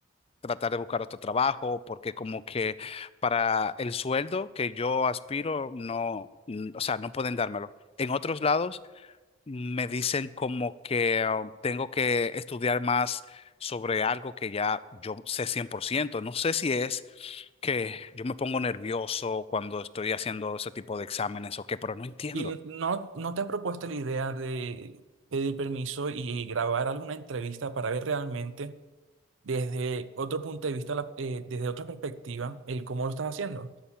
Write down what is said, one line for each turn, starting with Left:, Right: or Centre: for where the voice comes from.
Left: tratar de buscar otro trabajo, porque como que para el sueldo que yo aspiro, no, mm, o sea, no pueden dármelo. En otros lados me dicen como que um, tengo que estudiar más sobre algo que ya yo sé cien por ciento No sé si es que yo me pongo nervioso cuando estoy haciendo ese tipo de exámenes o qué, pero no entiendo.
Right: Y no, no te has propuesto la idea de pedir permiso y grabar alguna entrevista para ver realmente desde otro punto de vista, la- eh, desde otra perspectiva, el cómo lo estás haciendo.